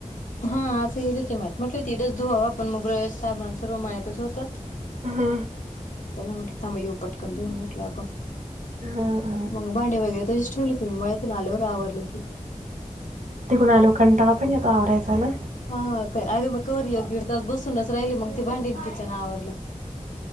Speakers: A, on the left (about 70°); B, on the right (about 70°).
A: हा असं हिरच माहत म्हटलं तिडच धुवा आपण मोगर साबण सर्व माळतच होत
B: हा,
A: त्यांना म्हटलं थांब येो पटकन दऊन म्हटलं आपण
B: हा.
A: मग भांडे वगैरे तशीच ठेवले ते मी मळतून आल्यावर आवरलं ते
B: तिकून आ लोकंटाना पण या आवरायचंय ना
A: हा काय अगं मग कररी एक दीड तास बसूनच राहिली मग तेी भांडीण किचन आवरलं